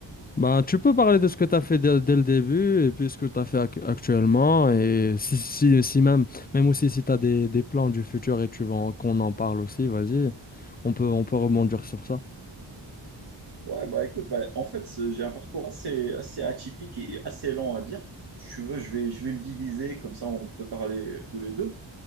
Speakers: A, on the left; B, on the right.
A: Bah tu peux parler de ce que tu as fait dès, dès le début et puis ce que tu as fait ac- actuellement et si, si, si même, même aussi si tu as des, des plans du futur et tu veux en- qu'on en parle aussi, vas-y, on peut, on peut rebondir sur ça.
B: Ouais, bah écoute, bah, en fait, c'est- j'ai un parcours assez, assez atypique et assez lent à dire. Si tu veux, je vais, je vais le diviser, comme ça on peut parler euh, tous les deux.